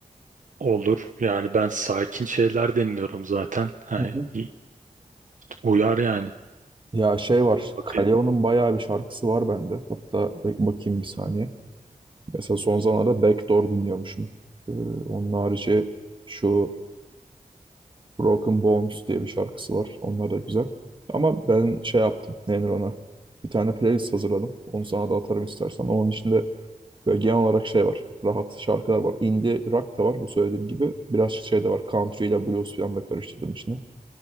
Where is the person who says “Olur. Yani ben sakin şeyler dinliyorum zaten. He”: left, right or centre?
Right